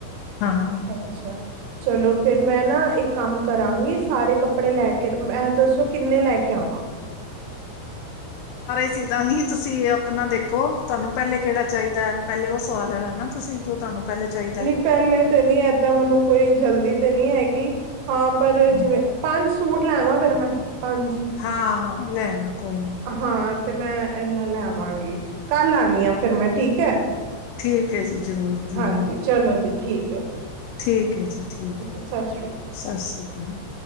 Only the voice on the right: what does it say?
ਅੱਛਾ ਚਲੋ ਫਿਰ ਮੈਂ ਨਾ ਇੱਕ ਕੰਮ ਕਰਾਂਗੀ ਸਾਰੇ ਕੱਪੜੇ ਲੈ ਕੇ ਮੈਂ ਦੱਸੋ ਕਿੰਨੇ ਲੈ ਕੇ ਆਵਾਂ
ਨਹੀਂ ਪਹਿਲੇ ਤੇ ਨੀ ਏਦਾਂ ਮੈਨੂੰ ਕੋਈ ਜਲਦੀ ਤੇ ਨਹੀਂ ਹੈਗੀ ਹਾਂ ਪਰ
ਜਿਵੇਂ ਪੰਜ ਸ ਸੂਟ ਲੈਵਾਂ ਫਿਰ ਮੈਂ ਪੰਜ
ਹਾਂ ਤੇ ਮੈਂ ਇਹਨਾਂ ਲੈਵਾਂਗੀ ਕੱਲ ਆਉਣੀ ਆਂ ਫਿਰ ਮੈਂ ਠੀਕ ਹੈ
ਹਾਂਜੀ ਚਲੋ ਜੀ ਠੀਕ ਹੈ ਜੀ
ਸਤਿ ਸ਼੍ਰੀ ਅਕਾਲ